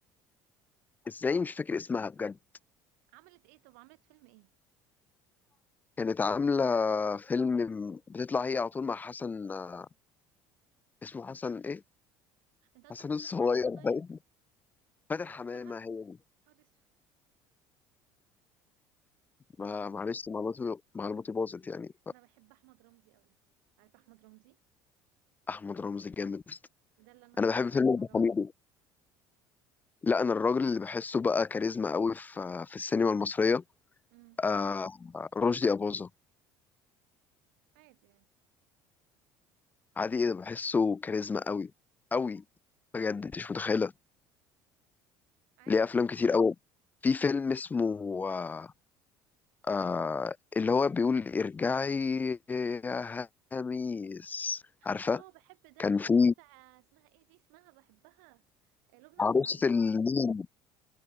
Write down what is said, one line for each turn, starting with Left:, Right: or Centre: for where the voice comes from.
Left: ازاي مش فاكر اسمها بجد
Right: عملت ايه طب عملت فيلم ايه
Left: كانت عاملة فيلم بتطلع هي على طول مع حسن آه، اسمه حسن ايه؟
Right: انت قصدك
Left: حسن
Right: فاتن
Left: الصغير
Right: حمامة طيب
Left: باين. فاتن
Right: حسن
Left: حمامة
Right: الصغير
Left: هي دي
Right: نهار اسود
Left: ما- معلش معلوماتي معلوماتي باظت يعني
Right: انا بحب احمد رمزي قوي عارف احمد رمزي
Left: فأحمد رمزي الجامد
Right: ده اللي انا الصراحة
Left: أنا بحب فيلم
Right: معجبة
Left: ابن حميدو
Right: بيه
Left: لا أنا الراجل اللي بحسه بقى كاريزما قوي في في السينما المصرية
Right: امم
Left: آه، رشدي أباظة
Right: عادي يعني
Left: عادي إيه ده بحسه كاريزما قوي قوي بجد أنت مش متخيلة
Right: عادي
Left: ليه أفلام كتير قوي في فيلم اسمه آه، آه اللي هو بيقول ارجعي يا هاميس عارفة
Right: اه بحب ده
Left: كان
Right: ده
Left: في
Right: اللي هو بتاع اسمها ايه دي اسمها بحبها آه، لبنى عبد
Left: عروسة
Right: العزيز
Left: المين